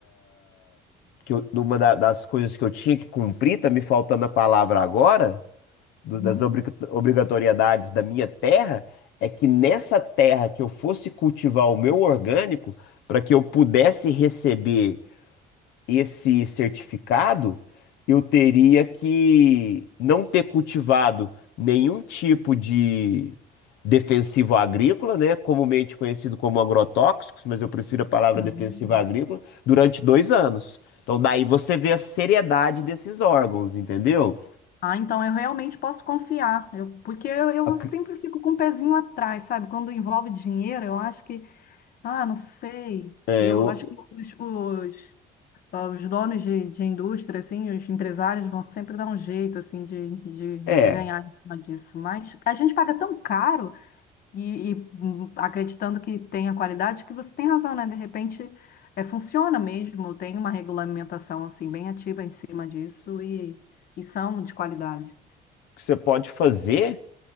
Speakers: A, on the left (about 85°); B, on the left (about 60°).
A: que eu- uma da- das coisas que eu tinha que cumprir, tá me faltando a palavra agora, do-
B: Uhum.
A: das obri- obrigatoriedades da minha terra, é que nessa terra que eu fosse cultivar o meu orgânico, para que eu pudesse receber esse certificado, eu teria que não ter cultivado nenhum tipo de defensivo agrícola, né, comumente conhecido como agrotóxicos, mas eu prefiro a palavra
B: Hum.
A: defensiva agrícola, durante dois anos. Então, daí você vê a seriedade desses órgãos, entendeu?
B: Ah, então eu realmente posso confiar, eu, porque eu, eu
A: Ac-
B: sempre fico com o pezinho atrás, sabe? Quando envolve dinheiro, eu acho que, ah, não sei,
A: É,
B: eu
A: o-
B: acho que os, os, ah, os donos de, de indústria, assim, os empresários vão sempre dar um jeito, assim, de, de, de
A: é,
B: ganhar
A: o
B: em cima disso. Mas a gente paga tão caro e, e, hum, acreditando que tem a qualidade que você tem razão, né? De repente, é, funciona mesmo, tem uma regulamentação, assim, bem ativa em cima disso e, e são de qualidade.
A: que você pode fazer.